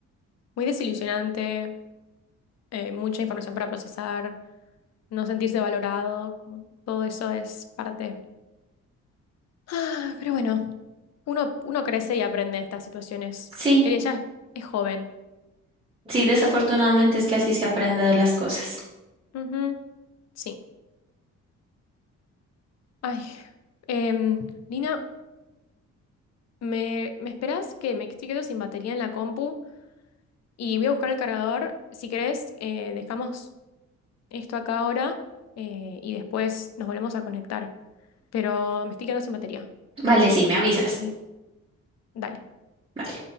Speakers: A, on the left (about 60°); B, on the right (about 20°).
A: muy desilusionante, eh, mucha información para procesar, no sentirse valorado, como todo eso es parte. Ah, pero bueno, uno, uno crece y aprende de estas situaciones.
B: Sí,
A: Él ella es, es joven.
B: sí, desafortunadamente es que así se aprende de las cosas.
A: Ujú, Sí. Ay, em, Lina, ¿me, me esperás que me estoy quedando sin batería en la compu? Y voy a buscar el cargador. Si querés, eh, dejamos esto acá ahora eh, y después nos volvemos a conectar. Pero me estoy quedando sin batería.
B: Vale, sí, me avisas.
A: Sí. Dale.
B: Vale.